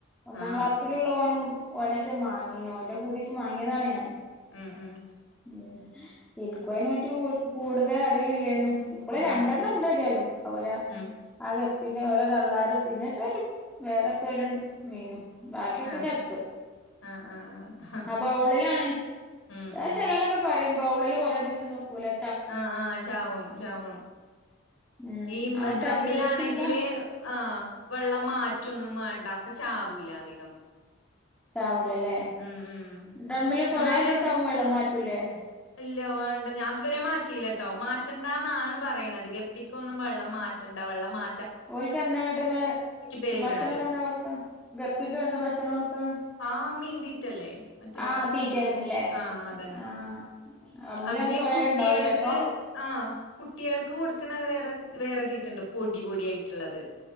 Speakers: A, in the centre; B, on the left.
A: ഒന്നാം
B: ആഹ് ആഹ്
A: ക്ലാസ്സി യുള്ള ഓനും ഓനൊക്കെ മാങ്ങീഞേ ഓന്റെ പൂതിക്ക് വാങ്ങിയതാണ് ഞാൻ
B: ഉം ഉം
A: ഉം ഇൻക്കു അയ്നെ പറ്റി കൂടുതൽ അറിയില്ലാനു ഇപ്പള
B: ഉം
A: രണ്ടെണ്ണം
B: ഉം
A: ഇണ്ടരിയാലോ അഉപോലെ
B: ഉം
A: അതെ പിന്നെ ഓരോ തള്ളാരും പിന്നെത്തര വേറെത്ത ഒരു മീനും ബാക്കിയൊക്കെ
B: ആഹ്
A: ചത്ത്
B: ആഹ് ആഹ് ആഹ്
A: ആ ബൗളിലാണ്
B: ഉം ഉം
A: ചെലവലൊക്കെ പറയും ബൗളില് കുറെേ ദിവസം നിക്കൂലാ
B: ആഹ് ആഹ് ചാവും ചാവും
A: ഉം
B: ഈ മെ
A: ആ
B: ഡ്രമ്മിലാണെങ്കില്
A: ചതുരത്തിലുള്ള
B: ആഹ് വെള്ളം മാറ്റൊന്നും വേണ്ട അപ്പൊ ചാവൂല അധികം
A: ചാവൂലല്ലേ
B: ഉം ഉം
A: ഡ്രമ്മില് കൊറെ
B: എന്നാലും
A: ദിവസാകുമ്പം വെള്ളം മാറ്റൂല്ലേ
B: ഇല്ല വേണ്ട ഞാൻ ഇതുവരെ മാറ്റിയില്ലട്ടോ മാറ്റണ്ടന്നാണ് പറിയിണത് ഗപ്പി ക്കൊന്നും വെള്ളം മാറ്റണ്ട വെള്ളം മാ
A: ഒൽക്കന്താങ്ങട്ടെങ്ങള്
B: പെരുകണത്
A: ഭക്ഷണോക്കെന്താ കൊടുക്കാ ഗപ്പിക് എന്താ ഭക്ഷണം കൊടുക്കാ
B: ആ മീൻ തീറ്റല്ലേ മറ്റേ
A: ആ തീറ്റന്നെല്ലേ
B: ചെറിയ ചെറിയ ആഹ് അതന്നെ
A: ആ ഡ്രമ്മിലാവുമ്പോ
B: അതിന്
A: കൊറേ
B: കുട്ട്യേൾക്ക്
A: ഇണ്ടാവൂലേ അപ്പൊ
B: ആ കുട്ടികൾക്ക് കൊടുക്കണ വേറെ വേറെ തീറ്റണ്ട് പൊടി പൊടി ആയിട്ടുള്ളത്